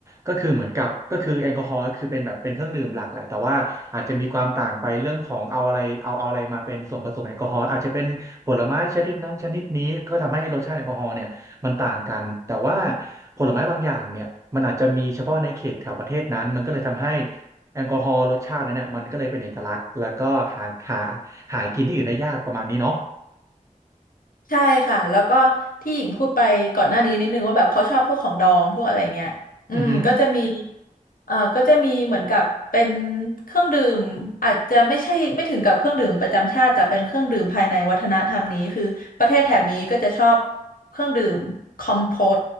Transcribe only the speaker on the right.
ก็คือเหมือนกับก็คือแอลกอฮอล์ก็คือเป็นแบบเป็นเครื่องดื่มหลักแหละแต่ว่าอาจจะมีความต่างไปเรื่องของเอาอะไรเอาเอาอะไรมาเป็นส่วนผสมแอลกอฮอล์อาจจะเป็นผลไม้ชนิดนั้นชนิดนี้ ก็ทำให้รสชาติแอลกอฮอล์เนี่ยมันต่างกันแต่ว่าผลไม้บางอย่างเนี่ยมันอาจจะมีเฉพาะในเขตแถวประเทศนั้นมันก็เลยทำให้แอลกอฮอล์รสชาตินั้นเนี่ยมันก็เลยเป็นเอกลักษณ์แล้วก็หาหาหากินที่อื่นได้ยากประมาณนี้เนาะ
อือหือ